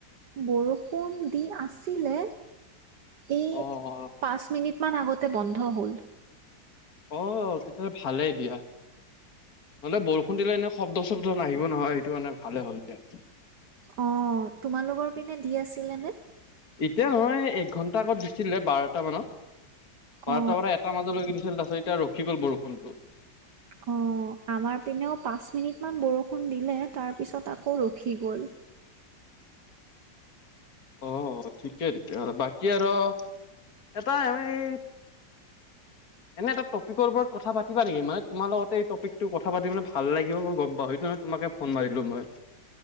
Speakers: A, on the right; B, on the left.
A: বৰষুণ দি আছিলে। এই
B: অ', অ',
A: পাঁচ মিনিট মান আগতে বন্ধ হ'ল।
B: অ' তেতিয়াহ'লে ভালেই দিয়া। নহ'লে বৰষুণ দিলে এনে শব্দ চব্দ নাহিব নহয়। এইটো কাৰনে ভালে হ'ল দিয়া।
A: অ' তোমালোকৰ পিনে দি আছিলেনে?
B: এতিয়া নহয় এক ঘণ্টা আগত দিছিলে বাৰটা মানত। বাৰটা
A: অ
B: পৰা এটা মাজলৈকে দিছিল তাৰছত এতিয়া ৰখি গ'ল বৰষুণটো।
A: অ' আমাৰ পিনেও পাঁচ মিনিট মান বৰষুণ দিলে। তাৰ পিছত আকৌ ৰখি গ'ল।
B: অ' ঠিকে তেতিয়া হ'লে। বাকী আৰু এটা এনেই এনে এটা টপিকৰ ওপৰত কথা পাতিবা নেকি? মানে তোমাৰ লগতে এই টপিকটো কথা পাতি মানে ভাল লাগিব মই গম পাওঁ। এইটো তোমাকে ফোন মাৰিলো মই।